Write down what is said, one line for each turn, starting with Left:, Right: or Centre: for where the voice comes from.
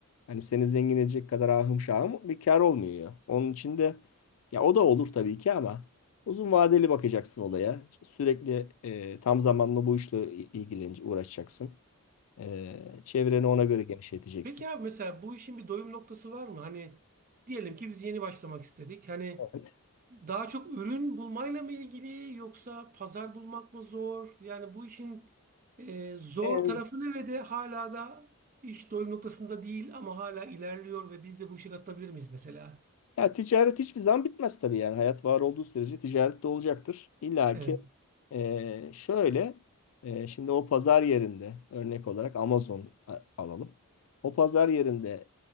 Left: hani seni zengin edecek kadar ahım şahım bir kâr olmuyor. Onun için de ya o da olur tabii ki ama uzun vadeli bakacaksın olaya. Sürekli e, tam zamanlı bu işle ilgileneceksin, uğraşacaksın. E, çevreni ona göre genişleteceksin.
Right: Peki abi mesela bu işin bir doyum noktası var mı? Hani diyelim ki biz yeni başlamak istedik. Hani
Left: Evet.
Right: Daha çok ürün bulmayla mı ilgili yoksa pazar bulmak mı zor? Yani bu işin e, zor
Left: E,
Right: tarafı ne ve de hala da iş doyum noktasında değil ama hala ilerliyor ve biz de bu işe katılabilir miyiz mesela?
Left: Ya ticaret hiçbir zaman bitmez tabii yani. Hayat var olduğu sürece ticaret de olacaktır. İlla
Right: Evet.
Left: ki e, şöyle e, şimdi o pazar yerinde örnek olarak Amazon a- alalım. O pazar yerinde